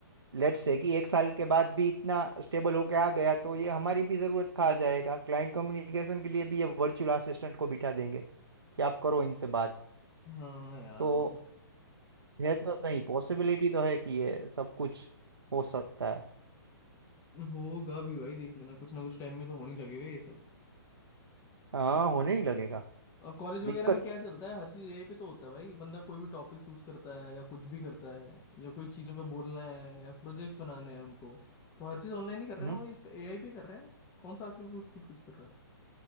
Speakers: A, on the right (about 90°); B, on the left (about 25°).
A: लेट्स से कि एक साल के बाद भी इतना स्टेबल होके आ गया तो ये हमारी भी ज़रूरत खा जाएगा क्लाइंट कम्युनिकेशन के लिए भी ये वर्चुअल असिस्टेंट को बिठा देंगे कि आप करो इनसे बात
B: हाँ यार
A: तो
B: वो तो
A: है तो सही पॉसिबिलिटी तो है कि ये सब कुछ हो सकता है
B: होगा भी भाई देख लेना कुछ ना कुछ टाइम में तो होने लगेगा ये सब
A: हाँ होने ही लगेगा
B: अब कॉलेज
A: दिक्कत
B: वगैरह में क्या चलता है हर चीज एआई पे तो होता है भाई बंदा कोई भी टॉपिक चूज करता है या कुछ भी करता है या कोई चीजों पे बोलना है या प्रोजेक्ट्स बनाने हैं उनको तो हर चीज ऑनलाइन ही कर रहे
A: हम्म
B: हैं वो इस पे एआई पे कर रहे हैं कौन सा आजकल कोई खुद कुछ कर रहा है